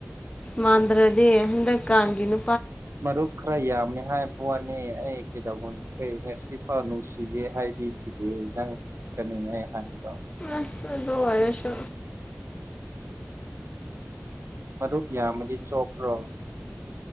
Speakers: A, on the left (about 20°); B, on the right (about 70°).
A: ꯃꯥꯟꯗ꯭ꯔꯗꯤ ꯍꯟꯗꯛꯀꯥꯟꯒꯤꯅ
B: ꯃꯔꯨꯞ ꯈꯔ ꯌꯥꯝꯃꯦ ꯍꯥꯏꯕ ꯋꯥꯅꯤ ꯑꯩ ꯀꯩꯗꯧꯕꯅꯤ ꯀꯩ ꯉꯁꯤ ꯐꯥ ꯅꯨꯡꯁꯤꯒꯦ ꯍꯥꯏꯕꯤꯈꯤꯗꯦ ꯅꯪ ꯈꯛꯇꯅꯤꯅꯦ ꯑꯩ ꯍꯥꯏꯕꯗꯣ
A: ꯑꯁ ꯑꯗꯨ ꯑꯣꯢꯔꯁꯨ
B: ꯃꯔꯨꯞ ꯌꯥꯝꯃꯗꯤ ꯆꯣꯞꯄ꯭ꯔꯣ